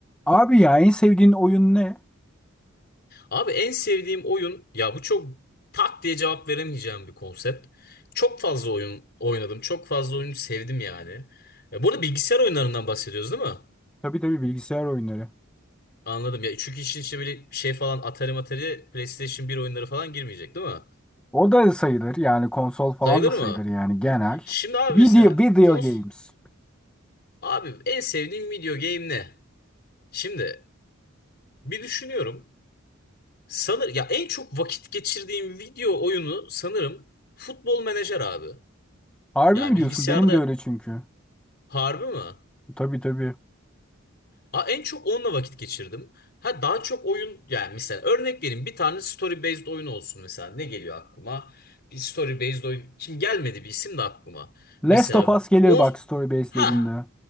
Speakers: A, in the centre; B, on the left (about 50°).
A: Abi ya en sevdiğin oyun ne?
B: Abi en sevdiğim oyun ya bu çok tak diye cevap veremeyeceğim bir konsept. Çok fazla oyun oynadım. Çok fazla oyunu sevdim yani. E, bu arada bilgisayar oyunlarından bahsediyoruz değil mi?
A: Tabii tabii bilgisayar oyunları.
B: Anladım ya. Çünkü işin içine böyle şey falan Atari Matari PlayStation bir oyunları falan girmeyecek değil mi?
A: O da sayılır yani konsol falan
B: Sayılır
A: da sayılır
B: mı?
A: yani genel.
B: Şimdi abi
A: Video,
B: mesela
A: video
B: kons
A: games.
B: abi en sevdiğim video game ne? Şimdi bir düşünüyorum. Sanır ya en çok vakit geçirdiğim video oyunu sanırım Futbol Menajer abi.
A: Harbi
B: Ya
A: mi
B: bilgisayarda
A: diyorsun? Benim de öyle çünkü.
B: Harbi mi?
A: Tabii tabii.
B: Aa, en çok onunla vakit geçirdim. Ha daha çok oyun yani mesela örnek vereyim bir tane story based oyun olsun mesela ne geliyor aklıma? Bir story based oyun. Şimdi gelmedi bir isim de aklıma.
A: Last
B: Mesela
A: of Us gelir
B: on
A: bak story based
B: ha
A: dediğinde.